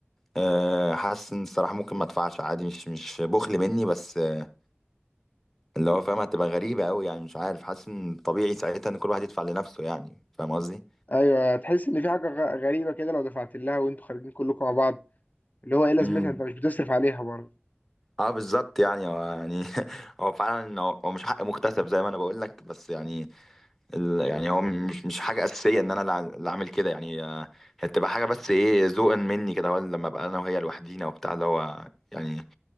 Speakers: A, in the centre; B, on the left (about 40°).
A: أه حاسس ان الصراحه ممكن ما ادفعش عادي مش مش بخل مني بس آه، اللي هو فاهم هتبقى غريبه قوي يعني مش عارف حاسس ان طبيعي ساعتها ان كل واحد يدفع لنفسه يعني فاهم قصدي
B: ايوه هتحس ان في حاجة غ- غريبة كده لو دفعت لها وانتوا خارجين كلكم مع بعض اللي هو ايه لازمتها
A: امم
B: انت مش بتصرف عليها برضه
A: اه بالظبط يعني هو يعني <laughs> هو فعلا هو هو مش حق مكتسب زي ما انا بقول لك بس يعني ال- يعني هو مش مش حاجة أساسية إن أنا اللي ع- اللي أعمل كده يعني آه، هي بتبقى حاجة بس إيه ذوقا مني كده هو لما أبقى أنا وهي لوحدينا وبتاع اللي هو يعني